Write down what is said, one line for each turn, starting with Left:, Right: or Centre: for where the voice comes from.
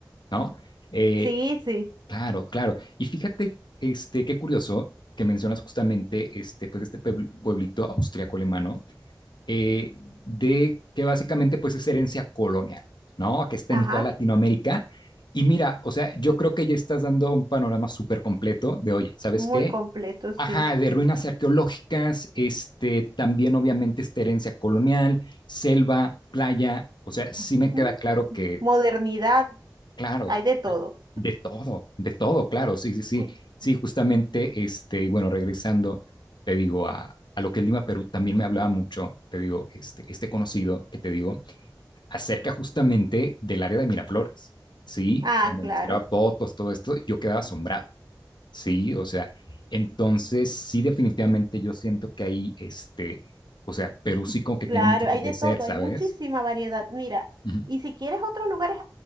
Left: ¿no? Eh,
Right: Sí, sí,
Left: Claro, claro. Y fíjate, este, qué curioso que mencionas justamente este, pues este puebl- pueblito austriaco-alemano, eh, de que básicamente pues es herencia colonial, ¿no? Que está
Right: ajá.
Left: en toda Latinoamérica. Y mira, o sea, yo creo que ya estás dando un panorama súper completo de, oye, ¿sabes
Right: Muy
Left: qué?
Right: completo, sí.
Left: Ajá, de ruinas arqueológicas, este, también obviamente esta herencia colonial, selva, playa, o sea, sí
Right: ujú.
Left: me queda claro que,
Right: Modernidad,
Left: claro,
Right: hay de todo.
Left: de todo, de todo, claro, sí, sí, sí.
Right: <laughs>
Left: Sí, justamente, este, y bueno, regresando, te digo, a, a lo que es Lima, Perú, también me hablaba mucho, te digo, este, este conocido que te digo, acerca justamente del área de Miraflores, ¿sí?
Right: Ah,
Left: O sea, me
Right: claro.
Left: mostraba fotos, todo esto, y yo quedaba asombrado, ¿sí? O sea, entonces, sí, definitivamente yo siento que ahí, este, o sea, Perú sí como que
Right: Claro,
Left: tiene mucho que
Right: hay
Left: ofrecer,
Right: de todo,
Left: ¿sabes?
Right: hay muchísima variedad. Mira,
Left: Ujú,
Right: y si quieres otros lugares